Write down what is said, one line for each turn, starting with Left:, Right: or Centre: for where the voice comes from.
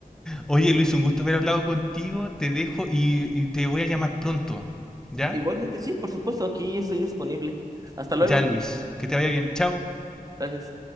Centre: Oye, Luis, un gusto haber hablado contigo. Te dejo y, y te voy a llamar pronto. ¿Ya?
Right: Igualmente, sí, por supuesto, aquí estoy disponible. Hasta luego.
Centre: Ya, Luis, que te vaya bien. Chao.
Right: Gracias.